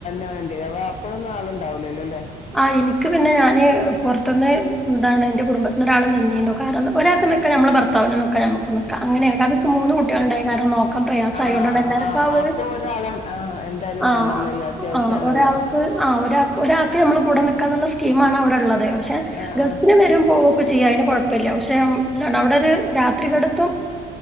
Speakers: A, on the left (about 40°); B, in the centre.
A: <unintelligible> വ അപ്പോഴൊന്നും ആളുണ്ടാവല്ല അല്ലേ
B: ആ എനിക്ക് പിന്നെ ഞാന് പുൊറത്തുന്ന് എന്താണ് എന്റെ കുടുംബത്തി ഒരാള നിനെന്നു കാരണം ഒരാൾക്ക്ൽക്കാ നമ്മൾ ഭർത്താവിന നോക്കാ നമുക്ക് നക്കാം അങ്ങനെയൊെ കാരണ മൂന്ന് കുട്ടികളുണ്ടായ കാരണം നോക്കാൻ പ്രയാസ
A: ആഹ്
B: ആയോണ്ടാണ് എല്ലാവർക്കും
A: ആഹ്
B: ആ ഒരു
A: അപ്പൊ ഒരാള് ആഹ് എന്തായാലും
B: ആ
A: വേണല്ലോല്ലേ അത്യാവശ്യാണല്ലോ
B: ആഹ്. ഒരാൾക്ക് ആ ഒരാൾക്ക് ഞമ്മൾ കൂടെ നിൽക്കാന്നുള്ള സ്കീം ആണ് അവിടെ ഉള്ളത്. തെ പക്ഷെ
A: ആഹ്
B: ബസ്സിന്
A: ആഹ്
B: വരും പോവൊക്കെ ചെയ്യാം അന് കുഴപ്പില്ല പക്ഷെ എന്താണ് അവിടെ ഒരു രാത്രി കടുത്ത്